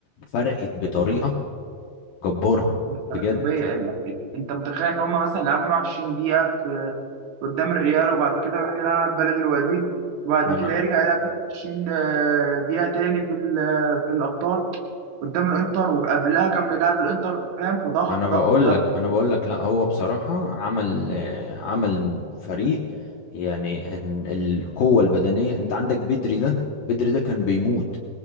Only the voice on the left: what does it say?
فرقت بطريقة جبارة
بجد
ما انا
انا بقول
لك انا بقول لك لا هو بصراحة عمل آه، عمل فريق يعني إن القوة البدنية انت عندك بدري ده بدري ده كان بيموت